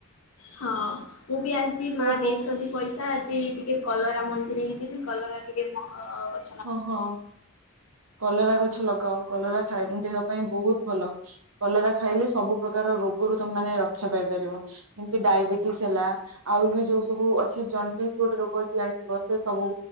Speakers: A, on the left (about 70°); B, on the right (about 80°).
A: ହଁ ମୁଁ ବି ଆଜି
B: କୋଉ
A: ମା
B: କୋଉ
A: ଦେଇଛନ୍ତି ପଇ ସା ଆଜି ଟିକେ କଲରା ମଞ୍ଜି ନେଇକି ଯିବି କଲରା ଟିକେ ମ ଗ
B: ଓ ହ କଲରା ଗଛ ଲଗାଉ କଲରା ଖାଇ ଦେହ ପାଇଁ ବହୁତ ଭଲ। କଲରା ଖାଇଲେ ସବୁ ପ୍ରକାର ରୋଗରୁ ତମେ ମାନେ ରକ୍ଷା ପାଇପାରିବ ଯେମିତି ଡାଇବେ ସିହେଲା ଆହୁରି ବି ଯୋଉ ସବୁ ଅ କିଛି ଜଣ୍ଡିସ୍ ଗୋଟେ ରୋଗ ଅଛି ଜାଣିଥିବ ସେ ସବୁ